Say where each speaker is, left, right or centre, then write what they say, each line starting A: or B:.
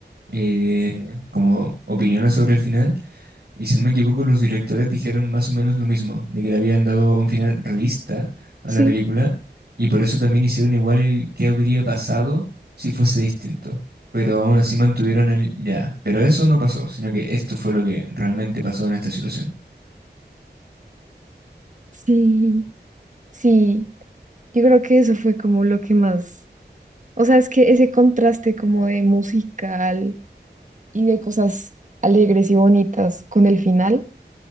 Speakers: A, on the right; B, on the right.
A: eh, como opiniones sobre el final, y si no me equivoco, los directores dijeron más o menos lo mismo, de que le habían dado un final realista a
B: Sí.
A: la película, y por eso también hicieron igual el qué habría pasado si fuese distinto. Pero aún así mantuvieron el ya. Pero eso no pasó, sino que esto fue lo que realmente pasó en esta situación.
B: sí, sí, yo creo que eso fue como lo que más, o sea, es que ese contraste como de musical y de cosas alegres y bonitas con el final